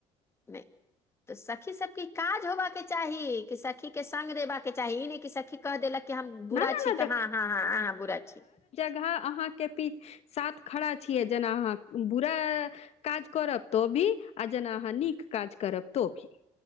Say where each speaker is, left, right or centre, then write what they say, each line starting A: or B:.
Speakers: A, on the left; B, on the left.
A: नै तऽ सखी सबकेँ काज होबा केँ चाही कि सखी केँ संग देबा केँ चाही ई नै कि सखी। कह देलक कि हम
B: न
A: बुरा
B: न
A: छी
B: न
A: तऽ हँ हँ हऽहऽ हऽ' बुरा छी।
B: जहाँ अहाँ केँ पी सात खड़ा छियै जेना अहाँ बुरा, काज करब तो भी आ जेना अहाँ नीक काज करब तो भी